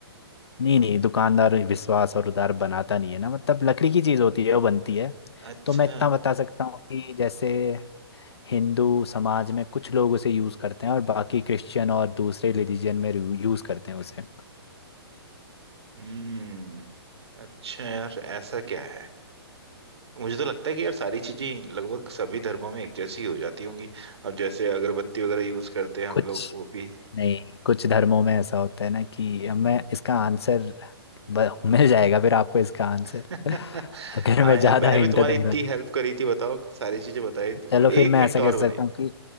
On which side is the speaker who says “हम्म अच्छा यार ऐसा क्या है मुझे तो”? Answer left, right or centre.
Right